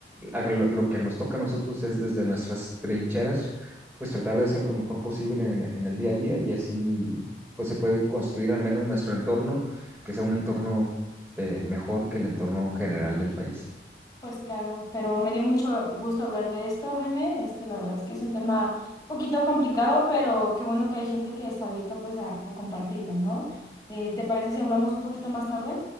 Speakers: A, in the centre; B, on the left.
A: haga lo lo que nos toca a nosotros es desde nuestras trincheras, pues tratar de hacer lo mejor posible en, en el día a día y así pues se puede construir al menos nuestro entorno, que sea un entorno eh, mejor que el entorno general del país.
B: Pues claro, pero me dio mucho gusto hablar de esto, Jaime. Este, la verdad es que es un tema un poquito complicado, pero qué bueno que hay gente que está abierta pues a, a compartirlo, ¿no? Eh, ¿te parece si hablamos un poquito más tarde?